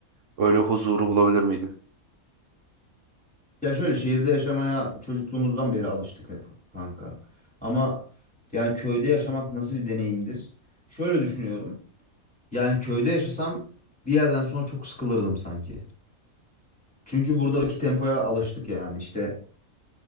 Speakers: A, on the right; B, in the centre.
A: Öyle huzuru bulabilir miydin?
B: Ya şöyle şehirde yaşamaya çocukluğumuzdan beri alıştık hep kanka. Ama yani köyde yaşamak nasıl bir deneyimdir? Şöyle düşünüyorum. Yani köyde yaşasam bir yerden sonra çok sıkılırdım sanki. Çünkü buradaki tempoya alıştık yani. İşte